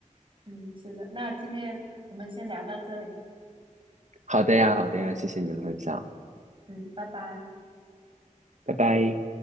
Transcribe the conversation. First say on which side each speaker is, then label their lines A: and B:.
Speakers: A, on the right; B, on the right.
A: 嗯，是的。那今天我们先聊到这里。
B: 好的呀，好的呀，谢谢您的分享，
A: 嗯，拜拜。
B: 拜拜。